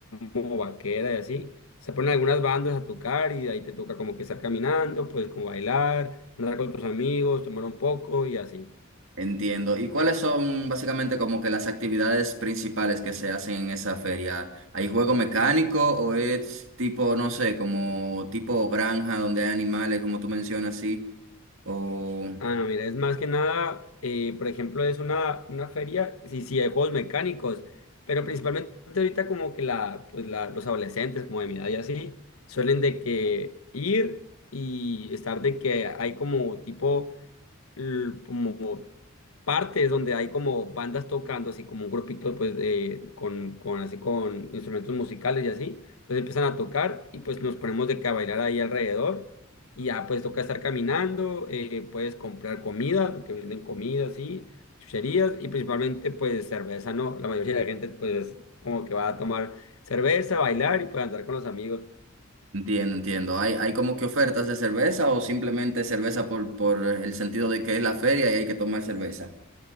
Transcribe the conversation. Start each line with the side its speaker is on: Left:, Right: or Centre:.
Left: como vaquera y así. Se ponen algunas bandas a tocar y ahí te toca como que estar caminando, pues como bailar, andar con tus amigos, tomar un poco y así.
Right: Entiendo. ¿Y cuáles son básicamente como que las actividades principales que se hacen en esa feria? ¿Hay juego mecánico o es tipo, no sé, como tipo granja donde hay animales, como tú mencionas, sí? O
Left: Ah, no, mira, es más que nada, eh, por ejemplo, es una, una feria, sí, sí, hay juegos mecánicos, pero principalmente ahorita como que la, pues la, los adolescentes como de mi edad y así, suelen de que ir y estar de que hay como tipo l- como partes donde hay como bandas tocando, así como un grupito pues de, con, con así con instrumentos musicales y así. Entonces empiezan a tocar y pues nos ponemos de que a bailar ahí alrededor y ya pues toca estar caminando, eh, puedes comprar comida, que venden comida así, chucherías y principalmente pues cerveza, ¿no? La mayoría de la gente pues como que va a tomar cerveza, bailar y pues andar con los amigos.
Right: entiendo, entiendo. ¿Hay, hay como que ofertas de cerveza o simplemente cerveza por, por el sentido de que es la feria y hay que tomar cerveza?